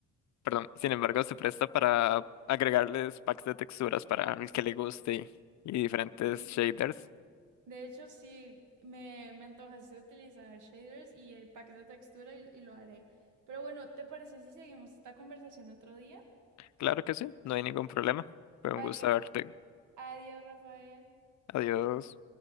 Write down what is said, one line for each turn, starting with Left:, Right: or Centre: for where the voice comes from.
Left: perdón, sin embargo, se presta para agregarles packs de texturas para el que le guste y diferentes
Right: Y
Left: shaders.
Right: de hecho, sí, me, me antojaste utilizar shaders y eh, paquetes de textura y, y lo haré. Pero bueno, ¿te parece si seguimos esta conversación otro día?
Left: Claro que sí, no hay ningún problema. Fue
Right: Vale,
Left: un gusto verte.
Right: adiós, Rafael.
Left: Adiós.